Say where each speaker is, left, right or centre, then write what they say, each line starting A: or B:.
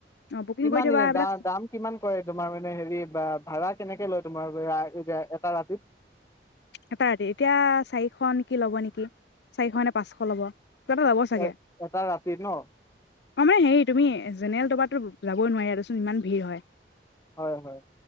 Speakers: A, on the left; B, on the left.
A: অ বুকিং
B: কিমান
A: কৰি থবা
B: দিনে
A: এইবিলাক
B: দা- দাম? কিমান পৰে তোমাৰ মানে হেৰি বা ভাড়া কেনেকে লয়? তোমাৰ এটা ৰাতিত
A: এটা ৰাতি, এতিয়া চাৰিশ নেকি, ল'ব নেকি! চাৰিশ নে পাঁচশ ল'ব। কিবা এটা ল'ব চাগে।
B: এ এটা ৰাতি ন
A: অ' মানে হেৰি তুমি জেনেৰেল দবাটোত যাবই নোৱাৰি এ দে চোন। ইমান ভিৰ হয়।
B: হয়। হয়।